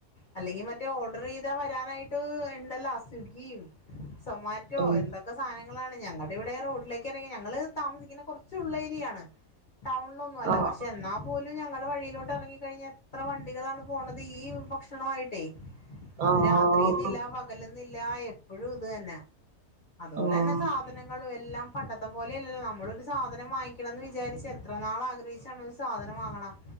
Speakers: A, on the left; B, on the right.
A: അല്ലെങ്കി മറ്റേ ഓർഡറെയ്താ വരാനായിട്ട് ഇണ്ടല്ലോ സ്വിഗ്ഗിം സൊമാറ്റോ
B: ഉം
A: എന്ത ക്കെ സാധനങ്ങളാണ് ഞങ്ങടെ ഇവിടെ റോഡിലേക്ക് ഇറങ്ങിയാ ഞങ്ങൾ താമസിക്കുന്നത് കുറച്ച് ഉള്ളേരിയാണ് ടൗണിലൊന്നും അല്ല
B: ആഹ്
A: പക്ഷെ എന്നാ പോലും ഞങ്ങളുടെ വഴിയിലോട്ട് ഇറങ്ങി കഴിഞ്ഞ എത്ര വണ്ടികളാണ് പോണത് ഈ ഭക്ഷണവായിട്ടേ അത്
B: ആഹ്
A: രാത്രിന്നില്ല പകലന്നില്ല എപ്പോഴു ഇത് തന്നെ. അതുപോലെന്നെ
B: ആഹ്
A: സാധ ഞങ്ങളും എല്ലാം പണ്ടത്തെ പോലെല്ലല്ലോ നമ്മളൊരു സാധനം വാങ്ങിക്കണം എന്ന് വിചാരിച്ച എത്ര നാൾ ആഗ്രഹിച്ചാണ് സാധനം വാങ്ങണം